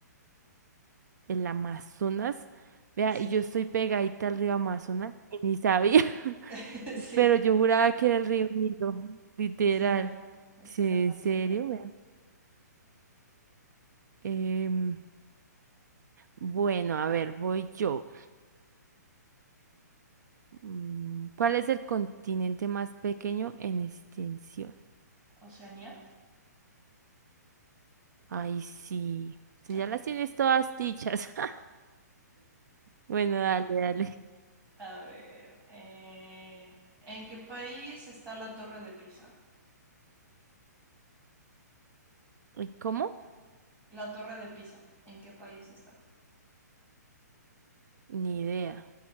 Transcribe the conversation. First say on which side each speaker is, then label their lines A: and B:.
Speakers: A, on the right; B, on the right.
A: ¿El Amazonas? Vea,
B: Sí,
A: y yo estoy pegadita al río Amazonas y ni sabía. <laughs>
B: <laughs> Sí,
A: Pero yo juraba que era el río Nilo, literal.
B: sí, no. es
A: Sí,
B: el Amazonas.
A: ¿en serio? Vea. Em. Bueno, a ver, voy yo. Mm, ¿Cuál es el continente más pequeño en extensión?
B: ¿Oceanía?
A: Ay, sí. Tú
B: Ok.
A: ya las tienes todas dichas. <laughs> Bueno, dale, dale.
B: A ver, eh, ¿en qué país está la Torre de Pisa?
A: ¿Y ¿Cómo?
B: La Torre de Pisa, ¿en qué país está?
A: Ni idea.